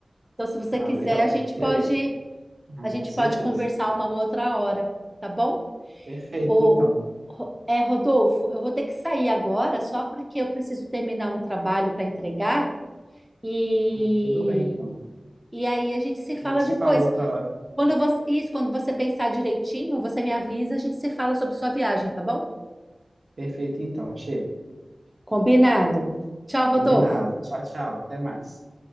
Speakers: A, in the centre; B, on the right.
A: Então, se você
B: Ah,
A: quiser,
B: legal,
A: a
B: eu
A: gente
B: vou querer.
A: pode
B: Ah,
A: a gente
B: com certeza.
A: pode conversar uma outra hora, tá bom?
B: Perfeito,
A: O,
B: então.
A: Ro- é, Rodolfo, eu vou ter que sair agora só porque eu preciso terminar um trabalho para entregar e,
B: Ah, tudo bem, então.
A: e aí a gente se
B: A
A: fala
B: gente se
A: depois.
B: fala outra hora.
A: Quando você, isso, quando você pensar direitinho, você me avisa, a gente se fala sobre sua viagem, tá bom?
B: Perfeito, então, Sheila.
A: Combinado. Tchau,
B: Combinado.
A: Rodolfo.
B: Tchau, tchau. Até mais.